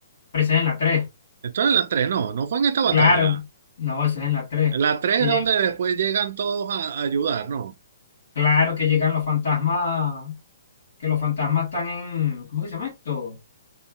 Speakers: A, on the left (about 55°); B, on the right (about 55°).
A: Pero ese es en la 3.
B: Esto es en la 3 no, no fue en esta batalla.
A: Claro. No, ese es en la 3.
B: En la 3
A: Que
B: es
A: llega,
B: donde después llegan todos a, a ayudar, ¿no?
A: claro que llegan los fantasmas... Que los fantasmas están en... ¿Cómo que se llama esto?